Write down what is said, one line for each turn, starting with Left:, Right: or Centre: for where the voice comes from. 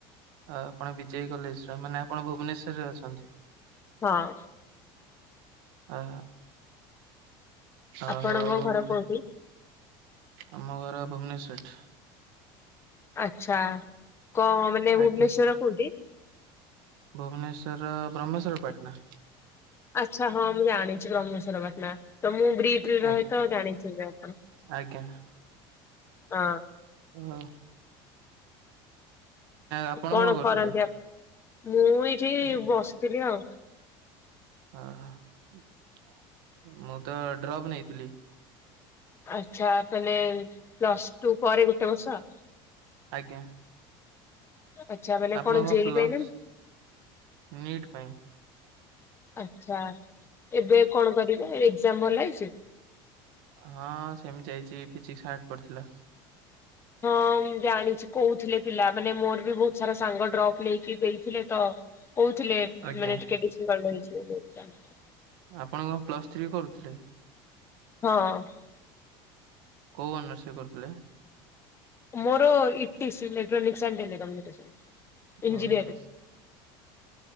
Right: ଆପଣ ବିଜେପି କଲେଜ ର ମାନେ ଆପଣ ଭୁବନେଶ୍ୱରରେ ଅଛନ୍ତି।
Left: ହଁ।
Right: ଓ ଓ
Left: ଆପଣଙ୍କ
Right: ହଉ।
Left: ଘର କୋଉଠି?
Right: ଆମ ଘର ଭୁବନେଶ୍ୱର।
Left: ଆଛା କଣ? ମାନେ
Right: ଆଜ୍ଞା
Left: ଭୁବନେଶ୍ଵର କୋଉଠି?
Right: ଭୁବନେଶ୍ଵର ବ୍ରହ୍ମେଶ୍ଵର ପାଟଣା।
Left: ଆଛା ହଁ ମୁଁ ଜଣିଛି ବ୍ରହ୍ମେଶ୍ୱର ପାଟଣା ତ ମୁଁ ବ ରହିତ
Right: ଆ-
Left: ଜାଣିଛ ଆପଣ
Right: ଆଜ୍ଞା
Left: ହଁ।
Right: ହଁ। ଆପଣ
Left: କଣ
Right: କରୁଥିଲେ?
Left: କରନ୍ତି ଆ ମୁଁ ଏଇଠି
Right: ଉଁ
Left: ବସିଥିଲି ଆଉ।
Right: ଓହୋ ମୁଁ ତ ଡ୍ରପ୍ ନେଇଥିଲି।
Left: ଆଚ୍ଛା ମାନେ ପ୍ଲସ୍ ଟୁ ପରେ ଗୋଟେ ବର୍ଷ।
Right: ଆଜ୍ଞା।
Left: ଆଚ୍ଛା ମାନେ
Right: ଆପଣଙ୍କ
Left: କଣ ଜେଇ
Right: ପ୍ଲସ୍
Left: ପାଇଁ ନା
Right: ନିଟ୍ ପାଇଁ।
Left: ଆଛା ଏବେ କଣ କରିବ ଏକ୍ଜାମ ଭଲ ହେଇଛି।
Right: ହଁ ସେମିତି ହେଇଛି ଫିଜିକ୍ସ ହାର୍ଟ ପଡିଥିଲା।
Left: ହଁ ମୁ ଜାଣିଛି କହୁଥିଲେ ପିଲା ମାନେ ମୋର ବି ବହୁତ ସାରା ସାଙ୍ଗ ଡ୍ରପ୍ ନେଇକି ଦେଇଥିଲେ ତ। କହୁଥିଲେ
Right: ଆଜ୍ଞା
Left: ମାନେ <unintelligible>
Right: ଆପଣ କଣ ପ୍ଲସ୍ ଥ୍ରୀ କରୁଥିଲେ।
Left: ହଁ।
Right: କୋଉ ଅନର୍ଷ କରୁଥିଲେ?
Left: ମୋର ଇଟଶ୍ରୀ ଏଲେକ୍ଟ୍ରାନିକକ୍ସ୍ ଆଣ୍ଟ ହେଲି କମ୍ୟୁନିକେସନ୍ ଇନଞ୍ଜିନିୟରିଂ।
Right: ଓହୋ